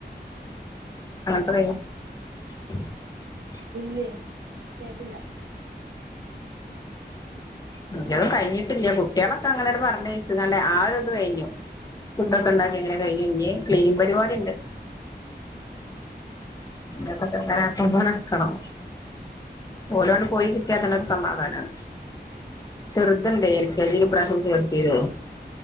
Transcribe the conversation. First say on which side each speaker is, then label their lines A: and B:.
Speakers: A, on the left; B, on the right.
A: <unintelligible>
B: ഇല്ലേ ഇതായിട്ടില്ല
A: ആ നിന്നും കഴിഞ്ഞിട്ടില്ല കുട്ടികളൊക്കെ അങ്ങനെയട് പറഞ്ഞ യച്ചോണ്ട് ആ ഒരു ഇത് കഴിഞ്ഞു ഫുഡൊക്കെ
B: ഉം
A: ഉണ്ടാക്കി
B: ഉം
A: എങ്ങനെ കഴിഞ്ഞു ഇനി ക്ലീൻ പരിപാടി ഉണ്ട് ഇത്തൊക്കെ ആക്കം പോലെ എടുക്കണം ഓരോട് പോയി കിട്ടാത്തുള്ളരു സമാധാനമാണ് ചെറുതണ്ടേ എൽ കെജി ല് ഇപ്രാവശ്യം ചേർതിരു ള്ളൂ